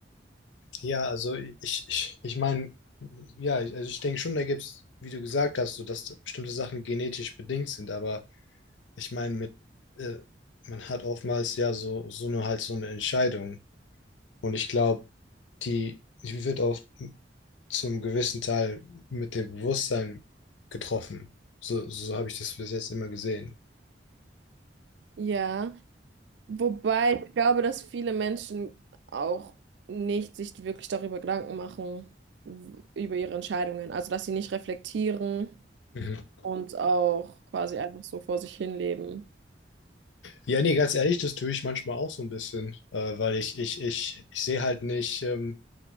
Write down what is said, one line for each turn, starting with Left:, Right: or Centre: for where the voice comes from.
Left: ja, also ich, ich, ich meine, ja, ich- also ich denke schon, da gibt es, wie du gesagt hast, so dass bestimmte Sachen genetisch bedingt sind, aber ich meine, mit, äh, man hat oftmals ja so, so eine halt so eine Entscheidung. Und ich glaube, die, die wird auch zum gewissen Teil mit dem Bewusstsein getroffen. So, so habe ich das bis jetzt immer gesehen.
Right: Ja, wobei ich glaube, dass viele Menschen auch nicht sich wirklich darüber Gedanken machen, w- über ihre Entscheidungen. Also, dass sie nicht reflektieren
Left: Mhm.
Right: und auch quasi einfach so vor sich hin leben.
Left: Ja, nee, ganz ehrlich, das tue ich manchmal auch so ein bisschen, äh, weil ich, ich, ich, ich sehe halt nicht, ähm,